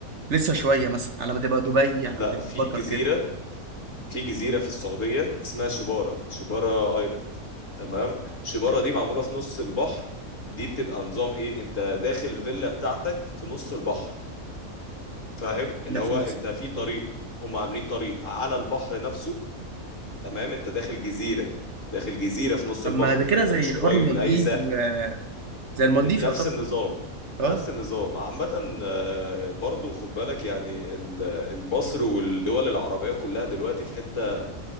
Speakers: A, on the right; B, on the left.
A: لسه شويه مثلا على ما تبقى دبي على
B: لا
A: ما تبقى
B: في
A: قطر
B: جزيرة
A: كده
B: في جزيرة في السعودية اسمها شبارة شبارة ايلاند تمام شبارة
A: يعني
B: دي معمولة في نص البحر دي بتبقى نظام ايه انت داخل فيلا بتاعتك في نص البحر فاهم اللي
A: احنا
B: هو
A: في نص
B: انت في طريق
A: آه.
B: هم عاملين طريق على البحر نفسه تمام انت داخل جزيرة داخل جزيرة في نص
A: طب
B: البحر
A: ما ده كده
B: فانت
A: زي
B: مش
A: حوار
B: قريب
A: المالديف
B: من اي ساحل
A: و- زي المالديف
B: نفس
A: يعتبر
B: النظام نفس
A: اه
B: النظام عامة آه، برضو خد بالك يعني ال- المصر والدول العربية كلها دلوقتي في حتة